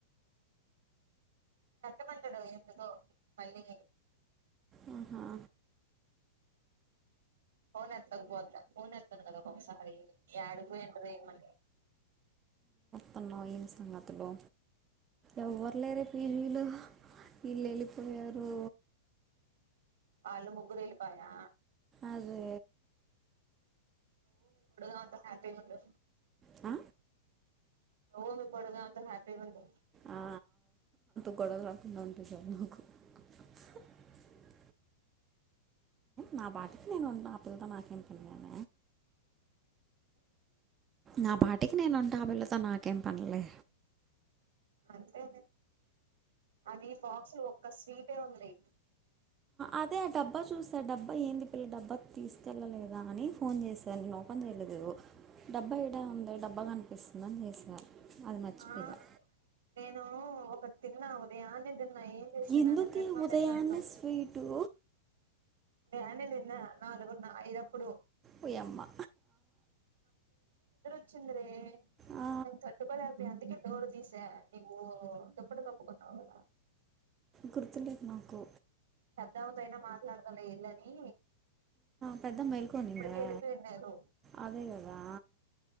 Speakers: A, on the right; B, on the right.
A: కట్టమండడు ఎందుకో మళ్ళీ
B: ఆహ
A: ఫోన్ ఎత్తకపోతే ఫోన్ ఎతను కదా ఒకసారి యాడికి పోయిండ్రు ఏమం
B: న్నా ఎం సంగతలు ఎవరు లేరే పీజిలో వీళ్ళు వెళ్ళిపోయారు
A: వాళ్ళు ముగ్గురేలు వెళ్లి పాయా
B: అరే
A: నువ్వు ని <unintelligible> అంత హ్యాపీ ఉండు
B: ఆ
A: ఓ మీ కొడుకు హ్యాపీ ఉండు
B: ఆ, <inaudible> నా పాటికి నేను ఉంటా ఆ పిల్లతో నాకేం పనిగాద నా పాటికి నేను ఉంటే ఆ పిల్లతో నాకేం పనిలే
A: అంతే అది బాక్స్ లో ఒక్క స్వీట్ ఏ ఉంది
B: అదే ఆ డబ్బా చూస్తా డబ్బా ఏంది పిల్ల డబ్బా తీసుకెళ్ళలేదా అని ఫోన్ చేశా నేను ఓపెన్ చేయలేదుదో డబ్బా ఏడ ఉంది డబ్బా కనిపిస్తుందని చేశా అది మర్చిపోయా
A: ఆ నేను తిన్నా ఉదయాన్నే తిన్న నా ఏం చేస్తాననో
B: ఎందుకే
A: తిన్న
B: ఉదయాన్నే
A: తిన్నననో
B: స్వీటు
A: నేను అన్ని తిన్న నాలుగు న్న ఐదప్పుడు
B: ఓయమ్మ
A: వచ్చింది రే
B: ఆ,
A: నేను తట్టు <unintelligible> అందుకే డోర్ తీశా నివు దుప్పట కప్పుకున్నావు
B: గుర్తుంటట్ నాకు
A: పెద్దమ్మతో అయినా మాట్లాడుతా వేళ్ళు అని
B: పెద్దమ్మ మైల్కనిందా
A: వెళ్ళిపోయిన్నారు
B: అదే కదా